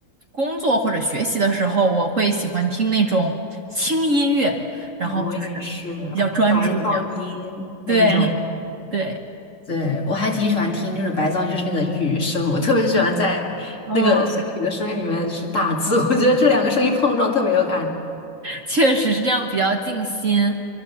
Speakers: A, on the right (about 45°); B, on the left (about 40°).
A: 工作或者学习的时候，我会喜欢听那种轻音乐，然后就是比较专注这样。
B: 哎我也是白噪音那种。
A: 对，对，
B: 对，我还挺喜欢听，就是白噪音，就是那个雨声，我特别喜欢在那个下雨的声音里面是打字，
A: 嗯，
B: 我觉得这两个声音碰撞特别有感觉。
A: 确实是这样，比较静心。